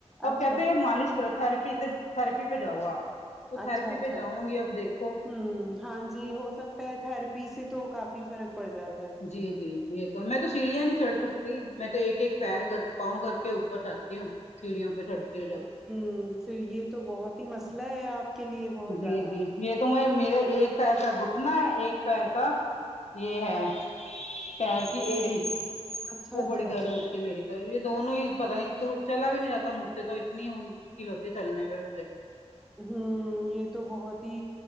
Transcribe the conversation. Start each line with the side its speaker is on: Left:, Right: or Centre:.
Left: اب
Centre: اچھا
Left: کہتے مالش کر تھرپی تو تھرپی پجاؤ آپ تو تھراپی
Centre: اچھا اچھا
Left: پہ جاؤں گی اب دیکھو
Centre: ہوں ہاں جی ہو سکتا ہے تھرپی سے تو کافی فرق پڑ جاتا ہے
Left: جی جی یہ تو میں تو سیڑھیاں نہیں چڑھ سکتی میں تو ایک ایک پیر کر پاؤں کر کے اوپر جاتی ہوں سیڑھیوں پہ چھڑتی ہو جب
Centre: ہوں پھر یہ تو بہت ہی مسئلہ ہے آپ کے لیے بہت
Left: جی
Centre: زیادہ
Left: جی یہ تو م میرے ایک پیر کا گٹنا ہے ایک پیر کا یہ ہے پیر کی ایڑی
Centre: اچھا
Left: وہ
Centre: اچھا
Left: بڑی
Centre: اچھا
Left: درد ہوتی میری یہ دونوں ہی پتا نہیں تو چلا بھی نہیں جاتا مجھ سے تو اتنی مشکل ہوتی چلنے پہ مجھے
Centre: ہ یہ تو بہت ہی